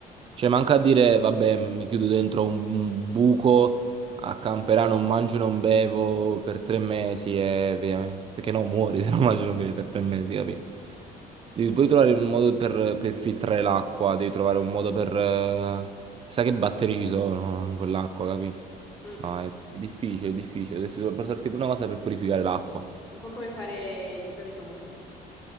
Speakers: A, on the right; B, on the left.
A: Cioè, manca a dire, vabbè, mi chiudo dentro un buco a camperà, non mangio, non bevo per tre mesi e... via- eh. Perché no, muori <laughs> se non mangi, non bevi per tre mesi, capi? Devi poi trovare un modo per, per filtrare l'acqua, devi trovare un modo per... eh, Chissà che batteri ci sono in quell'acqua, capi?
B: Mm.
A: È difficile, è difficile. Dovresti portarti pure una cosa per purificare l'acqua.
B: Un po' come fare l'Isola dei Famosi.